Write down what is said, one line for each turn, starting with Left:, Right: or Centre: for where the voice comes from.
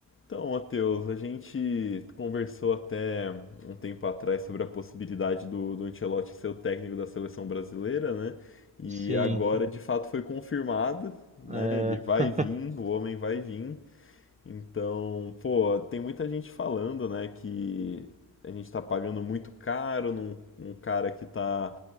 Left: Então, Matheus, a gente conversou até um tempo atrás sobre a possibilidade do, do Ancelotti ser o técnico da seleção brasileira, né? E
Right: Sim,
Left: agora de fato foi confirmado, né?
Right: é.
Left: Ele vai
Right: <laughs>
Left: vir, o homem vai vir. Então, pô, tem muita gente falando, né, que a gente tá pagando muito caro num um cara que tá